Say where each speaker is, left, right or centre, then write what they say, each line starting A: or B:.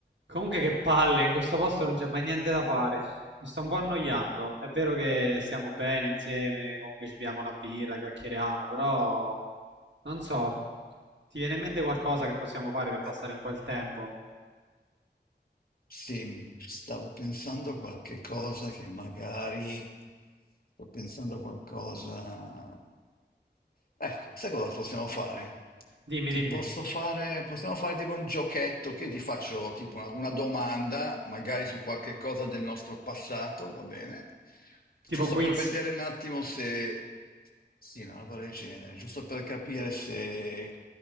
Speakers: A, on the right; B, on the left.
A: Comunque che palle, in questo posto non c'è mai niente da fare. Mi sto un po' annoiando. È vero che stiamo bene insieme, comunque ci pigliamo una birra, chiacchieriamo, però non so, ti viene in mente qualcosa che possiamo fare per passare
B: Eh,
A: un po' il tempo?
B: sì, mi- stavo pensando a qualche cosa che magari sto pensando a qualcosa. Ecco, sai cosa possiamo fare?
A: Dimmi,
B: Ti
A: dimmi,
B: posso fare, possiamo fare tipo un giochetto che ti faccio tipo una, una domanda, magari su qualche cosa del nostro passato, va bene? Giusto
A: tipo quiz,
B: per vedere un attimo se... Sì, una roba del genere, giusto per capire se,